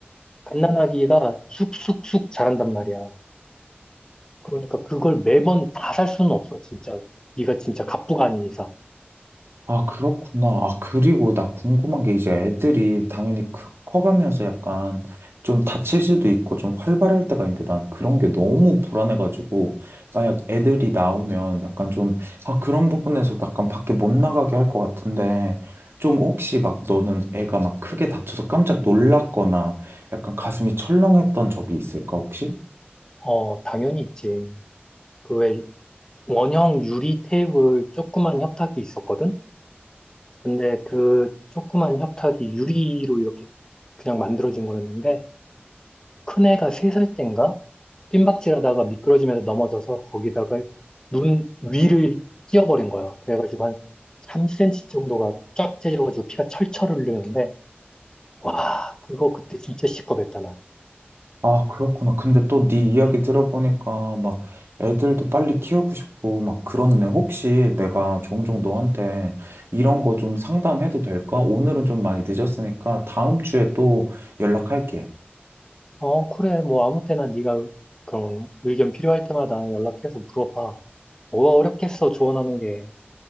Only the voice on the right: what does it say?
아, 그렇구나. 아, 그리고 나 궁금한 게 이제 애들이 당연히 크, 커가면서 약간 좀 다칠 수도 있고 좀 활발할 때가 있는데 난 그런 게 너무 불안해가지고 만약 애들이 나오면 약간 좀, 아, 그런 부분에서 약간 밖에 못 나가게 할 것 같은데 좀 혹시 막 너는 애가 막 크게 다쳐서 깜짝 놀랐거나 약간 가슴이 철렁했던 적이 있을까, 혹시?
아, 그렇구나. 근데 또 네 이야기
들어보니까 막 애들도 빨리 키우고 싶고 막 그렇네. 혹시 내가 종종 너한테 이런 거 좀 상담해도 될까? 오늘은 좀 많이 늦었으니까 다음 주에 또 연락할게.